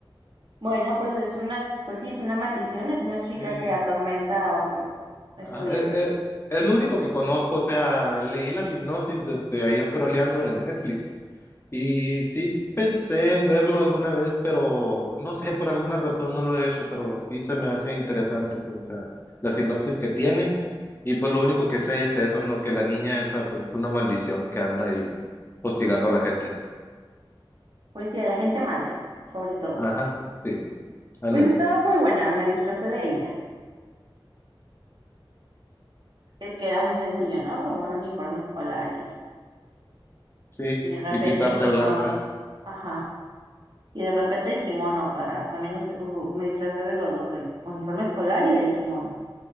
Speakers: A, on the right; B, on the left.
A: Bueno, pues es una, pues sí, es una maldición, es una chica
B: Sí.
A: que atormenta a otros estudiantes.
B: Ah, eh, eh, es lo único que conozco, o sea, leí la sinopsis este, ahí scrolleando en Netflix Y sí pensé en verlo alguna vez, pero no sé, por alguna razón no lo he hecho, pero sí se me hace interesante, pues, o sea, la sinopsis que tiene. Y pues lo único que sé es eso, ¿no? Que la niña esa, pues, es una maldición que anda ahí hostigando a la gente.
A: Pues sí, a la gente mala, sobre todo.
B: Ajá, sí, ándale,
A: Pues estaba muy buena, me disfracé de ella, que, que era muy sencillo, ¿no? Como un uniforme escolar y,
B: sí.
A: y de repente
B: Y pintarte
A: el kimono.
B: blanca,
A: Ajá. Y de repente el kimono para, también usé- u- me disfracé de los dos, del uniforme escolar y del kimono.